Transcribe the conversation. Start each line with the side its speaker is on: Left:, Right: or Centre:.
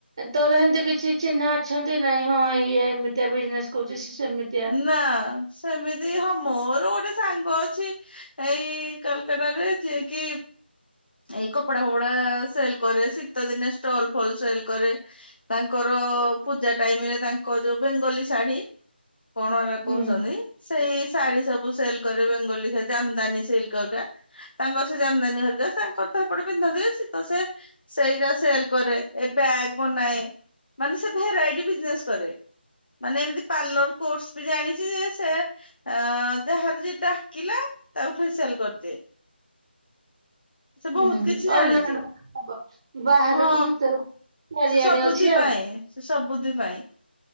Right: ତୋର ହେମିତି କିଛି ଚିହ୍ନା ଅଛନ୍ତି ନାଇଁ ହଁ ଇଏ ଏମିତିଆ ବିଜନେସ୍ କରୁଛି ସେମତି
Left: ନା ସେମିତି ହ ମୋର ଗୋଟେ ସାଙ୍ଗ ଅଛି ଏଇ କୋଲକାତା ରେ ଯିଏ କିି ଏଇ କପଡା ଫପଡା ସେଲ୍ କରେ ଶୀତ ଦିନେ ଷ୍ଟଲ୍ ଫଲ୍ ସେଲ୍ କରେ ତାଙ୍କର ପୂଜା ଟାଇମ୍ ରେ ତାଙ୍କ ଯୋଉ ବେଙ୍ଗଲୀ ଶାଢ଼ୀ କଣ ହେରା
Right: ହୁଁ।
Left: କହୁଛନ୍ତି ସେଇ ଶାଢୀ ସବୁ ସେଲ୍ କରେ ବେଙ୍ଗଲୀ ଜମଦାନୀ ସେଲ୍ କରିବା ତାଙ୍କର ସେଇ ଜାଦାନୀ <unintelligible> ତଥା ହେପଟେ ପିନ୍ଧନ୍ତି ସିତ ସେ ସେଇଟା ସେଲ୍ କରେ। ଏ ବ୍ୟାଗ ବନାଏ। ମାନେ ସେ ଭେରାଇଟି ବିଜନେସ୍ କରେ। ମାନେ ଏମିତି ପାର୍ଲର କୋର୍ସ ବି ଜାଣିଚି ଯେ ସେ। ଆ ଯାହାର ଯିଏ ଡାକିଲା ତାକୁ ଫେସିଆଲ କରିଦିଏ। ସେ ବହୁତ
Right: ହୁଁ
Left: କିଛି ଜାଣିଚି
Right: ଅଲରାଉଣ୍ଡ ବାହାରକୁ
Left: ହଁ।
Right: ଭିତରକୁ ଚାରିଆଡେ
Left: ସେ ସବୁଦି
Right: ଅଛି ଆଉ
Left: ପାଇଁ ସେ ସବୁଦି ପାଇଁ।